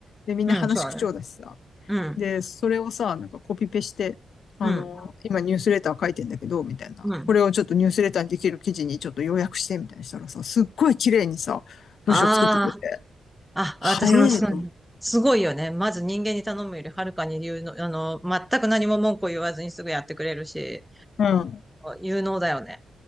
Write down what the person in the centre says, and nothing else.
うんそうだね。うん、
うん、
うん。
ああ、あ、
私もそうね。すごいよね。まず人間に頼むよりはるかに有能、あの、全く何も文句を言わずにすぐやってくれるし、
有能だよね。